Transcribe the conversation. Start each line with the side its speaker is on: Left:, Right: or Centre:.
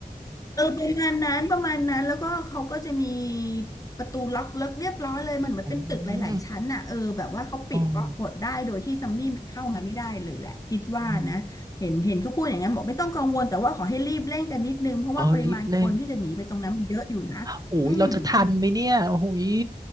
Left: เออประมาณนั้นประมาณนั้นแล้วก็เขาก็จะมีประตูล็อกเลิกเรียบร้อยเลยมันเหมือนเป็นตึกหลายๆชั้นน่ะเออแบบว่าเขาปิดบล็อกบดได้โดยที่ซัมมี่มันเข้ามาไม่ได้เลยแหละคิดว่านะเห็นเห็นเขาพูดอย่างนั้นบอกไม่ต้องกังวลแต่ว่าขอให้รีบเร่งกันนิดนึงเพราะว่าปริมาณคนที่จะหนีไปตรงนั้นมันเยอะอยู่นะอืม
Right: อืมโอ้อืม อ๋อรีบเร่งโอ้ยเราจะทันไหมเนี่ยโอ้ย